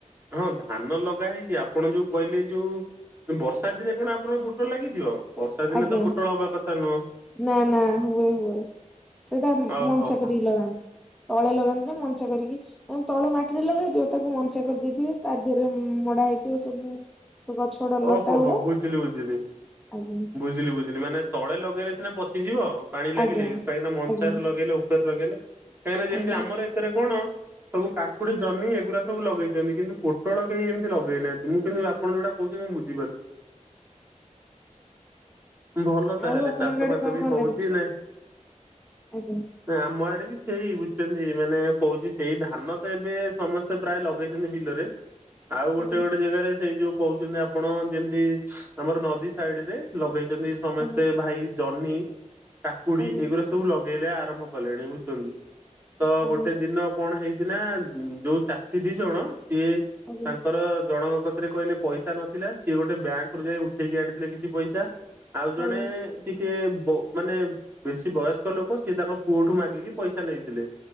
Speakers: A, on the right (about 15°); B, in the centre.
A: ହଁ ଧାନ ଲଗା ହେଇଛି ଆପଣ ଯୋଉ କହିଲେଏଇ ଯୋଉ ବର୍ଷା ଦିନେ କଣ ଆପଣଙ୍କ ପୋଟଳ ଲାଗିଥିବ। ବର୍ଷା ଦିନେ
B: ଆଜ୍ଞା
A: ତ ପୋଟଳ ହବା କଥା ନୁହଁ।
B: ନା ନା ହୁଏ ହୁଏ। ସେଟା ମଞ୍ଚା
A: ଓହୋ ହୋ
B: କରିକି ଲଗାନ୍ତି ତଳେ ଲଗାନ୍ତି ନା ମଞ୍ଚା କରିକି ମାନେ ତଳେ ମାଟିରେ ଲଗାହେଇଥିବ ତାକୁ ମଞ୍ଚା କରିଦେଇଥିବେ ତା ଦେହରେ ମଡା ହେଇଥିବ ସବୁ ଗଛ ଗୁଡା ଲଟା
A: ଓହୋ
B: ଗୁଡା
A: ହୋ ବୁଝିଲି ବୁଝିଲି ବୁ
B: ଆଜ୍ଞା
A: ବୁଝିଲି ବୁଝିଲି ମାନେ ତଳେ ଲଗେଇଲେ ସିନା ପଚିଯିବ ପାଣି ଲାଗିଲେ
B: ଆଜ୍ଞା
A: କାହିଁକିନା ମଞ୍ଛାରେ
B: ଆଜ୍ଞା
A: ଲଗେଇଲେ ଉପରେ ଲଗେଇଲେ କାହିଁକିନା ଯେମିତି
B: ଆଜ୍ଞା।
A: ଆମର ଏଥିରେ କଣ ସବୁ କାକୁଡି ଜହ୍ନି ଏଗୁରା ସବୁ ଲଗେଇଛନ୍ତି କିନ୍ତୁ ପୋଟଳ କେହି ଏମିତି ଲଗେଇନାହାଁନ୍ତି ମୁଁ କିନ୍ତୁ ଆପଣ ଯୋଉଟା କଉଛନ୍ତି ମୁଁ ବୁଝିପାରୁଛି। ଭଲ ତାହେଲେ
B: ଆଉ ଆପଣଙ୍କ
A: ଚାଷ
B: ଆଡେ
A: ବାସ
B: କଣ
A: ବି
B: କଣ
A: ହଉଚି
B: ଲାଗିଛି?
A: ନାଇଁ?
B: ଆଜ୍ଞା।
A: ଆମ ଆଡେ ବି ସେଇ ବୁଝୁଛନ୍ତି ମାନେ କହୁଛି ସେଇ ଧାନ ତ ଏବେ ସମସ୍ ସ୍ତେ ପ୍ରାୟ ଲଗେଇଛନ୍ତି ବିଲରେ ଆଉ
B: ଆଜ୍ଞା
A: ଗୋଟେ ଗୋଟେ ଜାଗାରେ ସେଇ ଯୋଉ ଆପଣ ଯେମିତି ଆମର ନଦୀ ସାଇଡରେ ଲଗେଇଛନ୍ତି ସମସ୍ତେ
B: ଆଜ୍ଞା
A: ଭାଇ ଜହ୍ନି କାକୁଡି
B: ଆଜ୍ଞା
A: ଏଗୁରା ସବୁ ଲଗେଇଲେ ଆରମ୍ଭ କଲେଣି ବୁଝୁଛନ୍ତି। ତ
B: ଆଜ୍ଞା ଆଜ୍ଞା
A: ଗୋଟେ ଦିନ କଣ ହେଇଛି ନା ଯଉ ଚାଷୀ ଦି ଜଣ ସିଏ
B: ଆଜ୍ଞା।
A: ତାଙ୍କର ଜଣଙ୍କ କତିରେ କହିଲେ ପଇସ ଇସା ନଥିଲା ସିଏ ଗୋଟେ ବ୍ୟାଙ୍କରୁ ଯାଇ ଉଠେଇକି ଆଣିଥିଲେ କିଛି ପଇସା ଆଉ
B: ଆଜ୍ଞା
A: ଜଣେ ଟିକେ ବ ମାନେ ବେଶୀ ବୟସ୍କ ଲୋକ ସିଏ ତାଙ୍କ ପୁଅଠୁ ମାଗିକି ପଇସା ନେଇଥିଲେ।